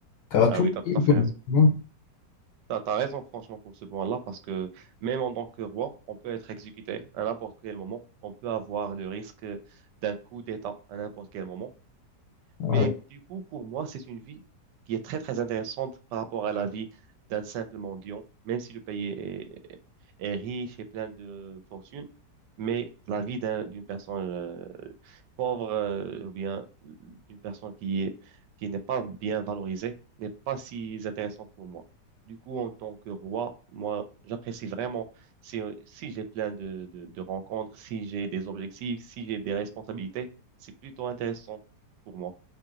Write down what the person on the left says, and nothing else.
Car
tout
le monde
est
pauvre,
tu vois.
Ouais,